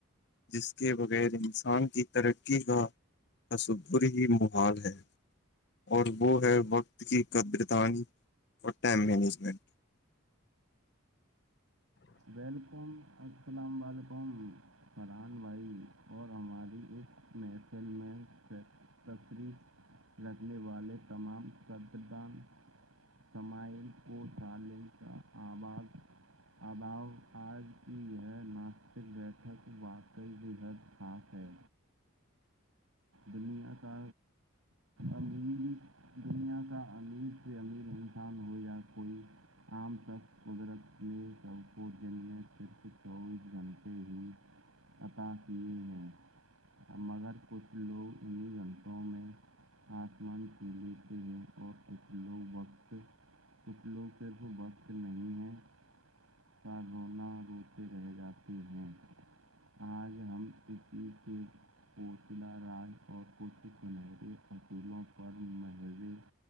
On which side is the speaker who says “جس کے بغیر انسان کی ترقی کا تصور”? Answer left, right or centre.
Left